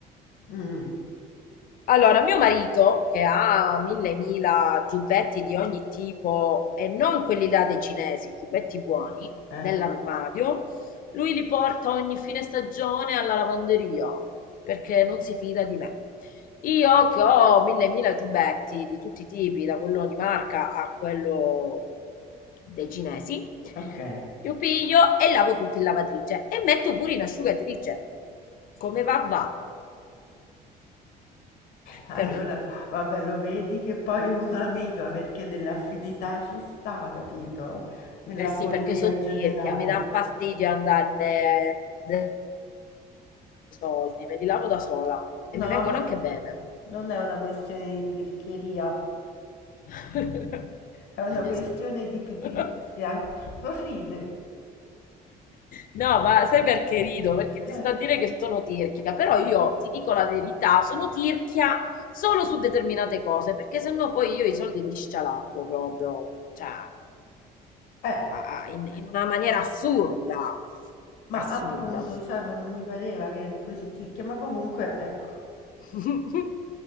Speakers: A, on the left; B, on the left.
A: Mm,
B: Allora, mio marito, che ha mille mila giubbetti di ogni tipo, e non quelli là dei cinesi, giubbetti buoni,
A: eh,
B: nell'armadio, lui li porta ogni fine stagione alla lavanderia, perché non si fida di me. Io che ho mille mila giubbetti di tutti i tipi, da quello di marca a quello dei cinesi,
A: ok.
B: io piglio e lavo tutti in lavatrice e metto pure in asciugatrice. Come va va?
A: Allora,
B: Per-
A: vabbè, lo vedi che poi un'amica perché dell'affinità ci sta, capito? Nella
B: Eh sì,
A: follia
B: perché sottirchia,
A: generale.
B: mi dà fastidio andare dai soldi, me li lavo da sola e mi
A: No,
B: vengono
A: a me
B: anche bene.
A: non è una questione di tirchieria,
B: <laughs>
A: è una
B: La mia
A: questione
B: sì.
A: di pigrizia.
B: <laughs>
A: <laughs> Non ride.
B: No, ma sai perché rido? Perché ti
A: Eh,
B: sto a dire che sono tirchia, però io ti dico la verità, sono tirchia solo su determinate cose, perché sennò poi io i soldi li scialappo proprio, cioè,
A: eh,
B: a- a- in, in una maniera assurda,
A: ma
B: assurda
A: appunto, cioè, ma non mi pareva che eri così tirchia, ma comunque, ecco,
B: <laughs>